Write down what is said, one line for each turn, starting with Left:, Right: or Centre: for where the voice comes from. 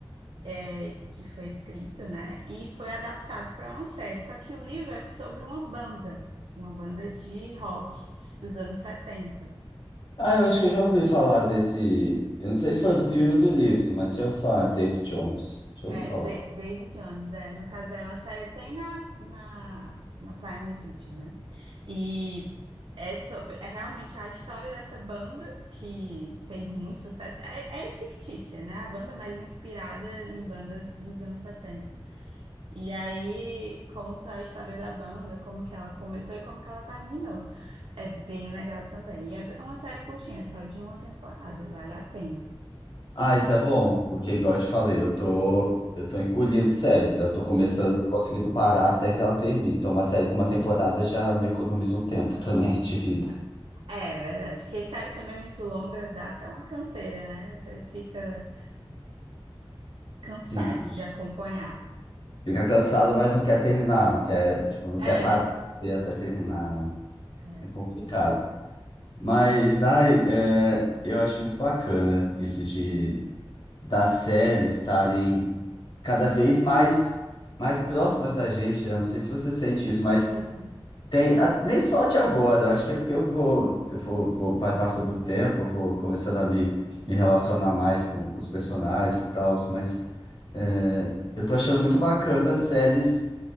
Right: é, que foi escrito, né? E foi adaptado para uma série. Só que o livro é sobre uma banda, uma banda de rock dos anos setenta,
Left: Ah, eu acho que eu já ouvi falar desse. Eu não sei se foi do filme ou do livro, mas já ouvi falar, David Jones. Já
Right: É,
Left: ouvi falar.
Right: Da- Daisy Jones, é. No caso, é uma série que tem na, na, na Prime Video, né? E é sobre, é realmente a história dessa banda que fez muito sucesso. É, é fictícia, né? A banda é mais inspirada em bandas dos anos 70. E aí conta a história da banda, como que ela começou e como que ela terminou. É bem legal também. E é uma série curtinha, é só de uma temporada, vale a pena.
Left: Ah, isso é bom, porque igual eu te falei, eu tô, eu tô engolindo série, né? Eu tô começando,
Right: <laughs>
Left: não conseguindo parar até que ela termine. Então, uma série com uma temporada já me economiza um tempo também <laughs> de vida.
Right: É verdade, porque série também é muito longa, dá até uma canseira, né? Você fica cansado
Left: Sim.
Right: de acompanhar.
Left: Fica cansado, mas não quer terminar, não quer, tipo, não quer
Right: É,
Left: parar de ver até terminar, né?
Right: é
Left: É
Right: bem-
Left: complicado. Mas, ai, é, eu acho muito bacana isso de das séries estarem cada vez mais mais próximas da gente, né? Não sei se você sente isso, mas
Right: Uhum.
Left: tem a- nem só de agora. Eu acho que é porque eu vou, eu vou, vou- vai passando o tempo, eu vou começando a me, me relacionar mais com, com os personagens e tal, mas é, eu tô achando muito bacana as séries